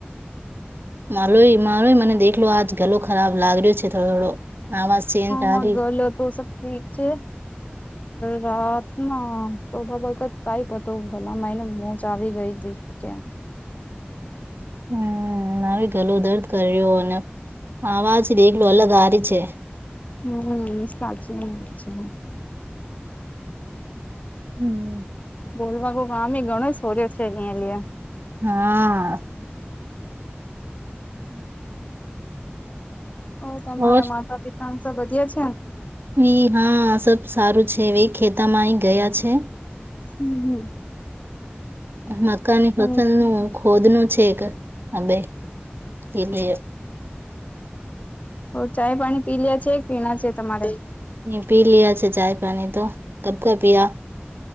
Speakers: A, on the right; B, on the left.
A: માલોય માલોય મને દેખલો આજ ગલો ખરાબ લાગ્યો છે થોડો થોડો. આવાજ ચેન્જ આ
B: હગલ
A: રહી
B: તો સબ ઠીક છે? રાતમાં સોભા વખત કઈ હતો ભલા મા એને મોજ આવી ગઈ હતી. કે
A: હમ્મ, આવી ગલો દર્દ કર્યો અને આવાજ એકલું અલગ હારી છે.
B: હમ્મ સચિ મુક છે.
A: હમ્મ.
B: બોલવા કો આામ ઘણો સોર્યો છે અહીયા લ.
A: હા.
B: હમ્મ. ઓ તમારા
A: ઓર
B: માતા પિતાને તો વધી છે ને?
A: એ હા સબ સારું છે ખેતામાં અ ગયા છે.
B: હમ્મ હમ્મ.
A: મકાની
B: તમે
A: પસંદ નું ખોદ નું છે કે હ બેાઈ એટલે.
B: ચાય પાણી પી લ્યા છે કે પીણા છે તમારે?
A: પી લિયા છે ચાય પાણી તો કબ કા પિયા.